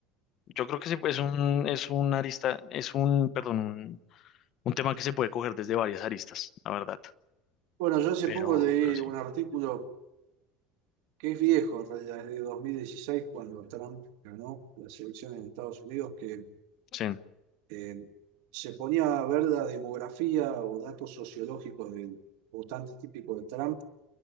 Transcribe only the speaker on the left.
yo creo que se puede- es un, es un arista, es un, perdón, un, un tema que se puede coger desde varias aristas, la verdad.
Pero,
pero sí,
sí,